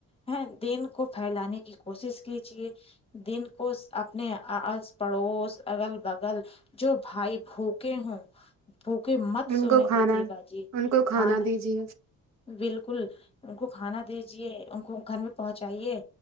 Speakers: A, on the left (about 20°); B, on the right (about 60°).
A: ہے دین کو پھیلانے کی کوشش کیجیے دین کو اپنے اس پڑوس اگل بگل جو بھائی بھوکے ہوں بھوکے مت
B: ان
A: سونے
B: کو کھانا
A: دی جی باجی
B: ان کو
A: کھانا
B: دیجیے
A: بالکل ان کو کھانا دیجیے ان کو گھر میں پہنچائیے